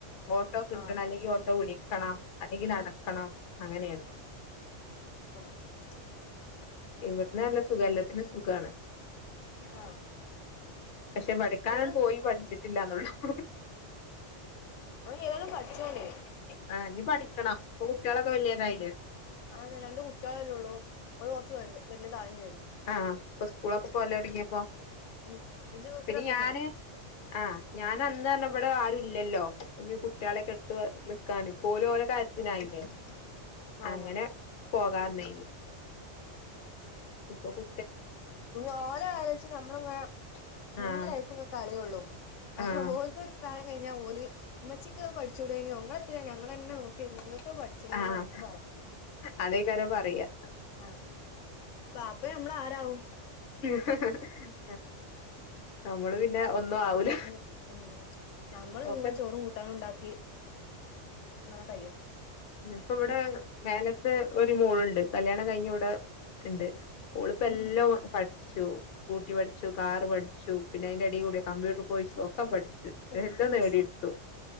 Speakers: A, on the left; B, on the left.
A: ഓട്ടോ കിട്ടണം
B: ആഹ്
A: അല്ലെങ്കിൽ ഓട്ടോ വിളിക്കണം അല്ലെങ്കിൽ നടക്കണം അങ്ങനെയാണ്
B: <unintelligible>
A: ഇവിടന്ന് നല്ല സുഖ എല്ലത്തിനും സുഖാണ്.
B: ആഹ്
A: പക്ഷെ പഠിക്കാൻപോയി
B: പിന്നെ
A: പഠിച്ചിട്ട് ഇല്ലന്നുള്ളു <inaudible>
B: <unintelligible> ഏതായാലും പഠിച്ചോണ്ടോ <unintelligible>
A: ആ ഇനി പഠിക്കണം ഇപ്പൊ കുട്ടികൾ ഒക്കെ വലി തായില്ലേ
B: അങ്ങെനെ രണ്ട് കുട്ടികളെല്ലേ ഉള്ളൂ ഓല് കുറച്ച് വലിതാ വും ചെയ്തു
A: ആഹ് ഇപ്പൊ സ്കൂളൊക്കെ പോകല് തു ടങ്ങിയപ്പോ
B: ഉം ഇജ്ജ് വീട്ടില്
A: പിന്ന
B: ഒറ്റക്കല്ലേ
A: ഞാന് ആഹ് ഞാനന്ന് <unintelligible> ഇവിടെ ആരുല്ലല്ലോ ഇനി കുട്ടികളെക്കെ അടുത്ത് നിക്കാനും, ഇപ്പൊ ഓര് ഒരേ കാര്യത്തിനായില്ലേ
B: ആഹ്
A: അങ്ങനെ പോകാന്നേ ഇപ്പൊ കു
B: ഓല കലോ <unintelligible> ച്ച് നമ്മള് ഇങ്ങനെ നമ്മളല്ല
A: ആഹ്
B: ലൈഫ് കളിയള്ളൂ
A: ആഹ്
B: ഓലത്തരു പ്രായം <unintelligible> കഴിഞ്ഞാൽ ഓല്ഉമ്മച്ചിക്ക് പഠിച്ചൂടോന്നോ ഇങ്ങള് ളെത്തി നാ ഞങ്ങളെ ന്നെ നോക്കിയിരുന്നത് ഞെ തന്നെ നോക്കി <unintelligible> പഠിച്ചു കഴിഞ്ഞതൊക്കെ
A: ആഹ്
B: പറയു <unintelligible>
A: അതേക്കാരം പറയാ
B: ആ ബാപ്പ നമ്മള് ആരാവും
A: <unintelligible> നമ്മള് പിന്നെ ഒന്നും ആവൂല
B: ഉം ഉം ഞമ്മൾ
A: ഓക്കെ
B: ഇങ്ങ ചോറും കൂട്ടാനും ഉണ്ടാക്കി മന <unintelligible> കഴിയും
A: ഇപ്പ ഇവിടെ മേലത്തെ ഒരു മോളുണ്ട്. കല്യാണം കഴിഞ്ഞ ഇവിടെ ഉണ്ട്. ഓളിപ്പ എല്ലാം
B: ഉം
A: പഠിച്ചു സ്കൂട്ടി പഠിച്ചു കാർ പഠിച്ചു. പിന്നെ അതിന്റെ എടീക്കൂടി കമ്പ്യൂട്ടർ കോഴ്സും ഒക്കെ <unintelligible> ക്കെ പഠിച്ചു എല്ലാം നേടിടുത്തു.
B: ആഹ്